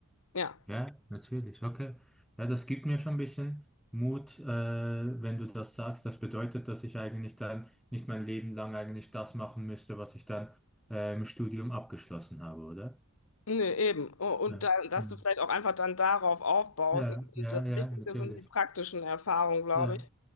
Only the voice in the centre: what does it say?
Ja, natürlich, okay. Ja, das gibt mir schon ein bisschen Mut, äh, wenn du das sagst. Das bedeutet, dass ich eigentlich dann nicht mein Leben lang eigentlich das machen müsste, was ich dann äh, im Studium abgeschlossen habe, oder?
Ja,
ja,
ja,
ja,
ja,
natürlich.
Ja.